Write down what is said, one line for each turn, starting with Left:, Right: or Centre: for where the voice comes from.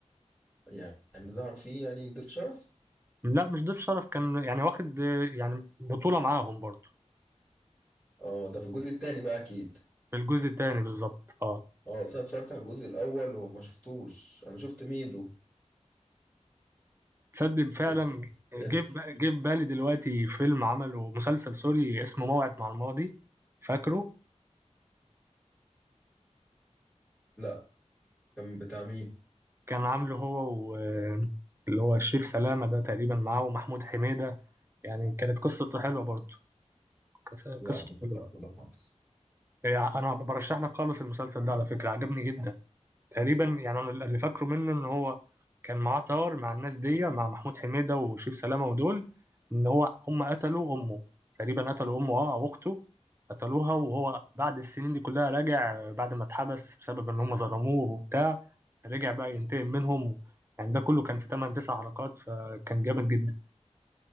Centre: يعني ظهر فيه يعني ضيف شرف
Right: لا مش ضيف شرف كان يعني واخد آه، يعني بطولة معاهم برضه
Centre: اه ده في الجزء التاني بقى أكيد
Right: في الجزء التاني بالظبط اه
Centre: اه بس أنا اتفرجت على الجزء الأول وما شفتوش أنا شفت ميدو
Right: تصدق فعلا
Centre: بس
Right: جه
Centre: آسر
Right: في- جه في بالي دلوقتي فيلم عمله مسلسل سوري اسمه موعد مع الماضي فاكره
Centre: لأ كان بتاع مين؟
Right: كان عامله هو و اللي هو شريف سلامة ده تقريبا معاه ومحمود حميدة يعني كانت قصته حلوة برضه قص-
Centre: لأ
Right: قصته
Centre: مش
Right: حلوة
Centre: فاكره ده خالص
Right: يعني أنا برشح لك خالص المسلسل ده على فكرة عجبني جدا تقريبا يعني انا اللي فاكره منه ان هو كان معاه طار مع الناس دي مع محمود حميدة وشيف سلامة ودول ان هو هم قتلوا امه تقريبا قتلوا امه اه او اخته قتلوها وهو بعد السنين دي كلها راجع بعد ما اتحبس بسبب ان هم ظلموه وبتاع رجع بقى ينتقم منهم يعني ده كله كان في 8 9 حلقات فكان جامد جدا